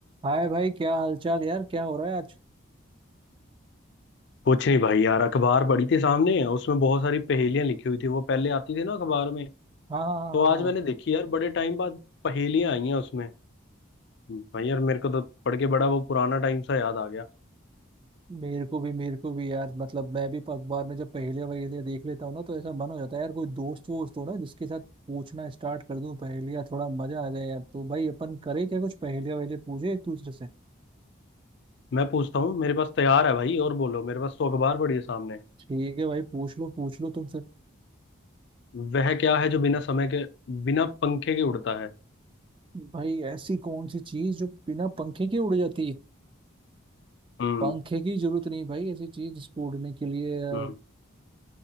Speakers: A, on the right; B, on the left.
A: हाय भाई क्या हालचाल यार क्या हो रहा है आज
B: कुछ नहीं भाई यार अखबार पड़ी थी सामने उसमें बहुत सारी पहेलियां लिखी हुई थी वो पहले आती थी ना अखबार में
A: हाँ हाँ
B: तो
A: हाँ हाँ
B: आज
A: हाँ
B: मैंने देखी यार बड़े टाइम बाद पहेलियां आई हैं उसमें भाई यार मेरे को तो पढ़ के बड़ा वो पुराना टाइम सा याद आ गया
A: मेरे को भी मेरे को भी यार मतलब मैं भी अखबार में जब पहेलियां वहेलियां देख लेता हूँ ना तो ऐसा मन हो जाता है यार कोई दोस्त वोस्त हो ना जिसके साथ पूछना स्टार्ट कर दूं पहेलियां थोड़ा मजा आ जाए यार तो भाई अपन करें क्या कुछ पहेलियां वहेलियां पूछे एक दूसरे से
B: मैं पूछता हूँ मेरे पास तैयार है भाई और बोलो मेरे पास तो अखबार पड़ी है सामने
A: ठीक है भाई पूछ लो पूछ लो तुम फिर
B: वह क्या है जो बिना समय के बिना पंखे के उड़ता है
A: भाई ऐसी कौन सी चीज जो बिना पंखे के उड़ जाती है
B: हम्म
A: पंखे की जरूरत नहीं भाई ऐसी चीज जिसको उड़ने के लिए अ,
B: हम्म